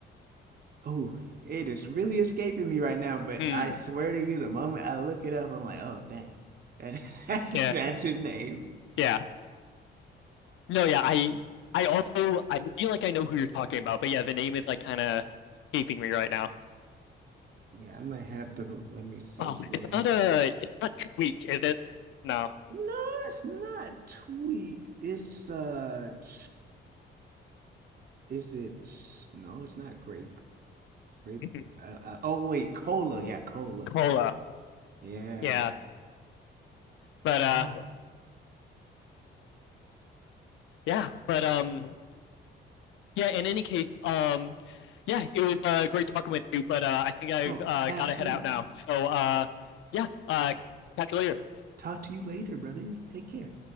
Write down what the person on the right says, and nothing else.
oh, it is really escaping me right now, but
I swear to you, the moment I look it up, I'm like, oh, dang, that, <laughs> that's,
that's his name.
Yeah, I might have to, let me see
here.
No, it's not Tweak. It's, uh, t- is it, no, it's not grape. Grape.
Uh, uh, oh wait, cola. Yeah, cola.
Yeah.
Ah,
oh,
absolutely.
Talk to you later, brother. Take care.